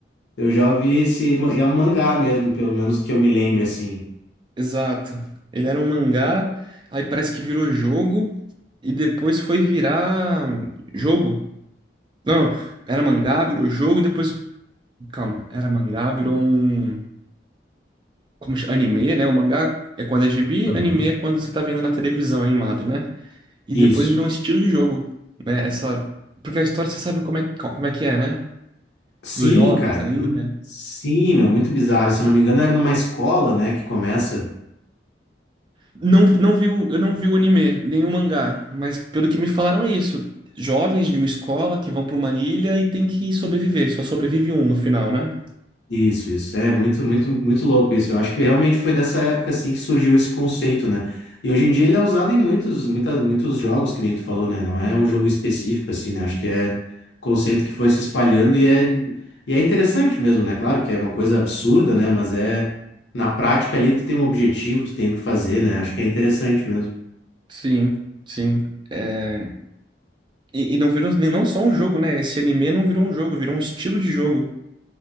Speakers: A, on the left (about 75°); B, on the right (about 25°).
A: Eu já ouvi esse. ma- É um mangá mesmo, pelo menos que eu me lembre, assim.
B: Exato. Ele era um mangá, aí parece que virou jogo e depois foi virar jogo. Não, era mangá, virou jogo e depois. Calma, era mangá, virou um. Como chama? Anime, né? O mangá é quando é gibi,
A: Aham.
B: anime é quando você tá vendo na televisão animado, né? E
A: Isso.
B: depois virou um estilo de jogo, né? Essa. Porque a história você sabe como é, como é que é, né?
A: Sim,
B: dos jovens
A: cara.
B: na ilha.
A: Sim, meu, muito bizarro. Se eu não me engano, era numa escola, né, que começa.
B: Não, não vi o, eu não vi o anime, nem o mangá, mas pelo que me falaram é isso. Jovens de uma escola que vão para uma ilha e tem que sobreviver, só sobrevive um no final, né?
A: Isso, isso. É muito, muito, muito louco isso. Eu acho que realmente foi dessa época assim que surgiu esse conceito, né? E hoje em dia ele é usado em muitos, muita, muitos jogos, que nem tu falou, né? Não é um jogo específico, assim, né? Acho que é conceito que foi se espalhando e é, e é interessante mesmo, né? Claro que é uma coisa absurda, né? Mas é na prática ali tu tem um objetivo, tu tem o que fazer, né? Acho que é interessante mesmo.
B: Sim, sim. É, E, e não virou nem- não só um jogo, né? Esse anime não virou um jogo, virou um estilo de jogo.